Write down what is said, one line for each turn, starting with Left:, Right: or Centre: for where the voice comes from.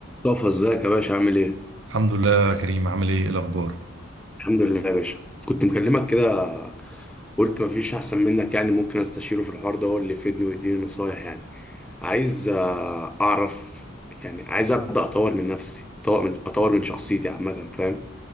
Centre: مصطفى ازيك يا باشا عامل ايه؟
Right: الحمد لله يا كريم عامل ايه إيه الاخبار
Centre: الحمد لله يا باشا كنت مكلمك كده قلت مفيش احسن منك يعني ممكن استشيره في الحوار ده هو اللي يفيدني ويديني نصايح يعني عايز آه، اعرف يعني عايز ابدا اطور من نفسي اطور من اطور من شخصيتي عامه فاهم